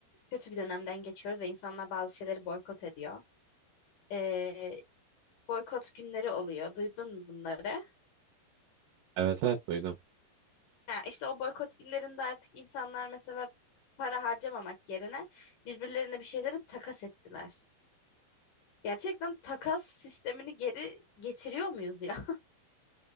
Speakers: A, on the left; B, on the right.
A: kötü bir dönemden geçiyoruz ve insanlar bazı şeyleri boykot ediyor. Eee, boykot günleri oluyor. Duydun mu bunları?
B: Evet evet duydum.
A: Ha, işte o boykot günlerinde artık insanlar mesela para harcamamak yerine birbirlerine bir şeyleri takas ettiler. Gerçekten takas sistemini geri getiriyor muyuz ya?